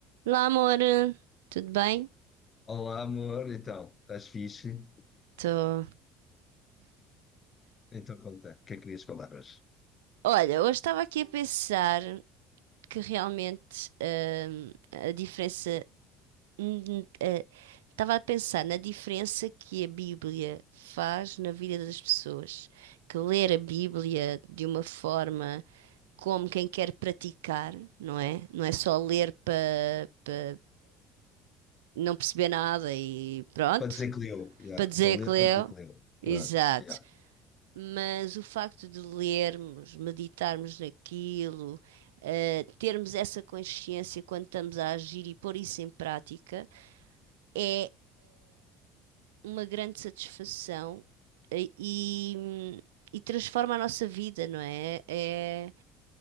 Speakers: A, on the right; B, on the left.
A: Olá, amor, tudo bem?
B: Olá, amor. Então, estás fixe?
A: Tô.
B: Então, conta, o que é que querias falar hoje?
A: Olha, hoje estava aqui a pensar que realmente hum, a diferença. hum, eh, Estava a pensar na diferença que a Bíblia faz na vida das pessoas. Que ler a Bíblia de uma forma como quem quer praticar, não é? Não é só ler para não perceber nada e pronto,
B: Para dizer que leu, já,
A: para dizer
B: Só ler
A: que leu.
B: para dizer que leu.
A: Exato.
B: Pronto, já.
A: mas o facto de lermos, meditarmos naquilo, eh, termos essa consciência quando estamos a agir e pôr isso em prática, é uma grande satisfação eh, e, e transforma a nossa vida, não é? É,